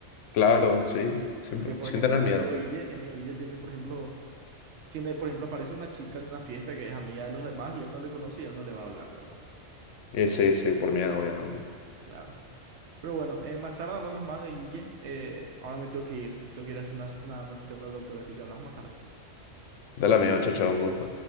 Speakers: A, on the left; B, on the right.
A: Claro, sí, sin,
B: Porque, por
A: sin
B: ejemplo,
A: tener
B: mi
A: miedo.
B: amigo Guille, mi amigo Guille tiene, por ejemplo, tiene, por ejemplo, aparece una chica en una fiesta que es amiga de los demás y él no le conoce y él no le va a hablar, ¿verdad?
A: Y sí, sí, por miedo, obviamente.
B: Claro. Pero bueno, eh, más tarde hablamos más de Guille. Eh, ahora me tengo que ir. Me tengo que ir a hacer una, una una cita con el doctor, así que hablamos más tarde.
A: Dale amigo, chao, chao, un gusto.